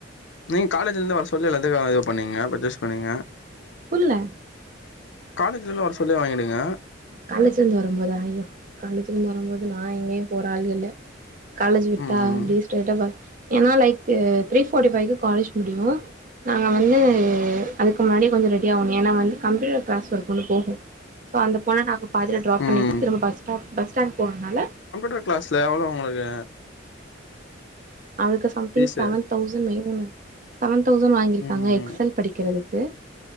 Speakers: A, on the left; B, on the right.
A: நீங்க காலேஜ்ல இருந்து வர சொல்ல எல்லாத்தையு வ இது பண்ணுங்க பர்ச்சேஸ் பண்ணுங்க
B: புர்ல
A: காலேஜ்ல எல்லா வர சொல்லே வாங்கிடுங்க
B: காலேஜ்லருந்து வரம்போதா ஐயோ காலேஜ்ல இருந்து வரம்போது நா எங்கயு போற ஆள்க இல்ல காலேஜ் விட்டா
A: ம்
B: அப்டி ஸ்ட்ரைட்டா ப ஏன்னா லைக்கு த்ரீ ஃபார்ட்டி ஃபைவ்கு காலேஜ் முடியு நாங்க வந்து அதுக்கு முன்னாடியே கொஞ்சோ ரெடியாகணு ஏனா வந்து கம்ப்யூடர் கிளாஸ் ஒர்க் ஒன்னு போகு சோ அந்தப் பாதில ட்ராப் பண்ணிட்டு
A: ம்
B: திரும்ப பஸ் ஸ்டாப் பஸ் ஸ்டாண்ட் போறதுனால
A: டர் கிளாஸ்ல எவ்வளோ உங்களுக்கு
B: அவளுக்கு சம்திங்
A: ஃபீஸு
B: செவன் தௌசண்ட் மேகுனு செவன் தௌசண்ட் வாங்கியிருக்காங்க
A: ம்
B: எக்ஸ் எல் படிக்கிறது க்கு